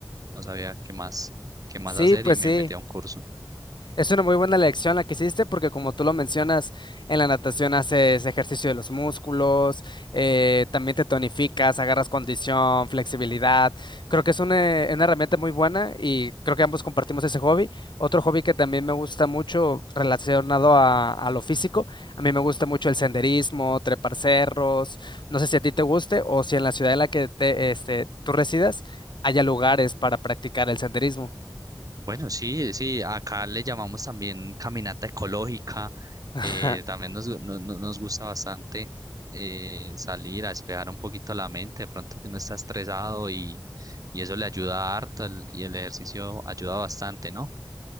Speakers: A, on the right (about 50°); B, on the left (about 70°).
A: no sabía qué más, qué más
B: sí,
A: hacer
B: pues
A: y me
B: sí.
A: metí a un curso.
B: Es una muy buena lección la que hiciste porque como tú lo mencionas, en la natación haces ejercicio de los músculos, eh, también te tonificas, agarras condición, flexibilidad. Creo que es una, una herramienta muy buena y creo que ambos compartimos ese hobby. Otro hobby que también me gusta mucho relacionado a, a lo físico, a mí me gusta mucho el senderismo, trepar cerros. No sé si a ti te guste o si en la ciudad en la que te, este, tú residas haya lugares para practicar el senderismo.
A: Bueno, sí, sí, acá le llamamos también caminata ecológica,
B: <laughs>
A: eh, también nos, gu- no- no- nos gusta bastante eh, salir a despejar un poquito la mente, de pronto que uno está estresado y, y eso le ayuda harto el- y el ejercicio ayuda bastante, ¿no?